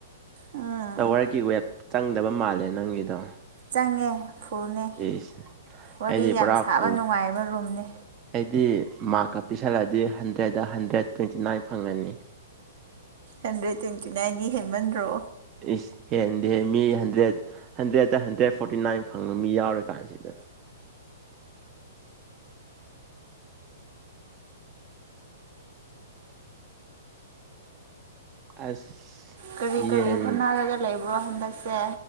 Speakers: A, on the right; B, on the right.
A: ꯎꯝ
B: ꯇꯋꯥꯔꯒꯤ ꯋꯦꯞ ꯆꯪꯗꯕ ꯃꯥꯜꯂꯦ ꯅꯪꯒꯤꯗꯣ
A: ꯆꯪꯉꯦ ꯐꯨꯜꯅꯦ
B: ꯏꯁ
A: ꯋꯥꯔꯤ
B: ꯑꯩꯗꯤ
A: ꯌꯥꯝ
B: ꯄꯨꯔꯥ
A: ꯁꯥꯕ
B: ꯐꯨꯜ
A: ꯅꯨꯡꯉꯥꯏꯕ ꯔꯨꯝꯅꯦ
B: ꯑꯩꯗꯤ ꯃꯥꯔꯛꯀ ꯄꯤꯁꯜꯂꯛꯑꯗꯤ ꯍꯟꯗ꯭ꯔꯦꯠꯇ ꯍꯟꯗ꯭ꯔꯦꯠ ꯇ꯭ꯋꯦꯟꯇꯤꯅꯥꯏꯟ ꯐꯪꯒꯅꯤ
A: ꯍꯟꯗ꯭ꯔꯦꯠ ꯇ꯭ꯋꯦꯟꯇꯤꯅꯥꯏꯟꯗꯤ ꯍꯦꯟꯃꯟꯗ꯭ꯔꯣ
B: ꯏꯁ ꯍꯦꯟꯗꯦ ꯃꯤ hundred hundred hundred forty nine ꯐꯪꯕ ꯃꯤ ꯌꯥꯎꯔ ꯀꯥꯟꯁꯤꯗ <inaudible> ꯑꯁ
A: ꯀꯔꯤ
B: ꯌꯦꯟ
A: ꯀꯔꯤ ꯍꯣꯠꯅꯔꯒ ꯂꯩꯕ꯭ꯔꯣ ꯍꯟꯗꯛꯁꯦ